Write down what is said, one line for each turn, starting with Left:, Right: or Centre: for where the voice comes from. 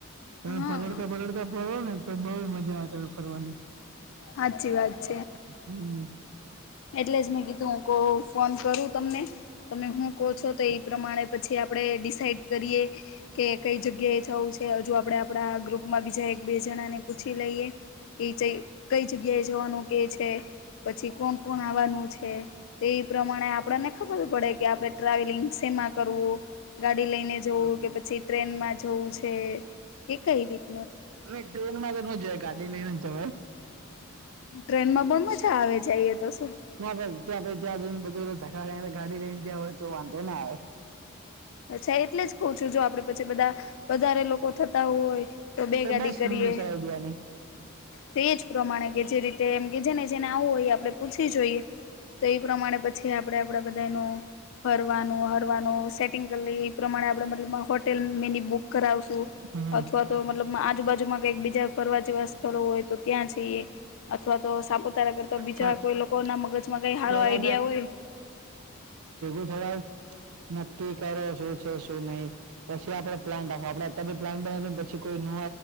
Right: તમે
Left: હા
Right: પલળતા પલડતા પડો ને તો બઉ મજા ફરવાની.
Left: સાચી વાત છે
Right: હમ્મ.
Left: એટલે જ મેં કીધું હું કવ ફોન કરું તમને તમે હું કો છો તો એ પ્રમાણે પછી આ પડે ડિસાઇડ કરીએ કે કઈ જગ્યાએ જાવું છે હજુ આપણે આપણા ગ્રુપમાં બીજા એક બે જણાને પૂછી લઈએ. એ કઈ જગ્યા એ જવાનું કે છે પછી કોણ કોણ આવાનું છે તે એ પ્રમાણે આપણને ખબર પડે કે આપણે ટ્રાવેલિંગ શેમાં કરવું. ગાડી લઈને જવું
Right: બરોબર
Left: કે પછી ટ્રેન માં જવું છે કે કઈ રીતે
Right: અને ટ્રેન માં તો ન જ ગાડી લઈને જવાય
Left: ટ્રેનમાં પણ મજા આવે જઈએ તો શું
Right: ના ભાઈ ત્યાં ક ત્યાં જ બધ થાય ગાડી રે જ હોય તો વાંધો ના આવે
Left: અચ્છા એટલે જ કઉ છું જો આપડે પછી બધા વધારે લોકો થતા હોય તો બે ગાદી
Right: બસ
Left: કરીએ
Right: મિની કરાવી દેવાની
Left: તો એજ પ્રમાણે કે જે રીતે મ કે જેને જેને આવવું હોય આપડણે પૂછી જોઈએ તો એ પ્રમાણે પછી આપડે આપડે બધાનું ફરવાનું હરવાનું એ પ્રમાણે આપબ હોટેલ મેની બુક કરાવશું
Right: હમ
Left: અથવા તો મતલબ આજુબાજુમાં કઈક બીજા ફરવા જેવા સ્થળો હોય તો ત્યાં જઈએ અથવા તો સાપુતારા કરતા બીજા
Right: પણ
Left: કોઈ લોકો ના મગજમાં કઈ સારો
Right: પેલા
Left: આઈડિયા હોય
Right: ધર નક્કી કરો શું છે શું નહીિ પછી આપડે પ્લાન્ટ રાખો આપડે અત્યારની પ્લાન બનાવીને પછી કોઈ ન